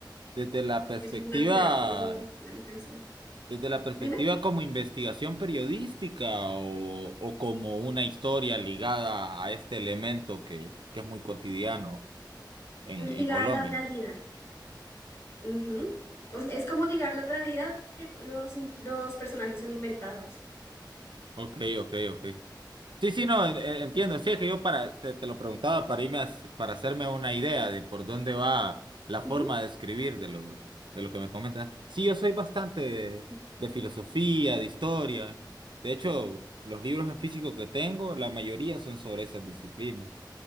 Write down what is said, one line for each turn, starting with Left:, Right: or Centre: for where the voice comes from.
Right: desde la perspectiva,
Left: Es una ciudad como así era la canción.
Right: desde la perspectiva
Left: Dime.
Right: como investigación periodística o, o como una historia ligada a este elemento que, que es muy cotidiano en,
Left: Es ligada
Right: en Colombia.
Left: a la realidad. Ujú. O sea, es como ligada a la realidad, pero los, in- los personajes son inventados.
Right: Ok, ok, ok. Sí, sí, no, en- en- entiendo. Sí, es que yo para, te, te lo preguntaba para irme a- para hacerme una idea de por dónde va la
Left: Ujú,
Right: forma de escribir de lo, de lo que me comentas. Sí, yo soy bastante de,
Left: sí.
Right: de filosofía, de historia. De hecho, los libros en físico que tengo, la mayoría son sobre esas disciplinas.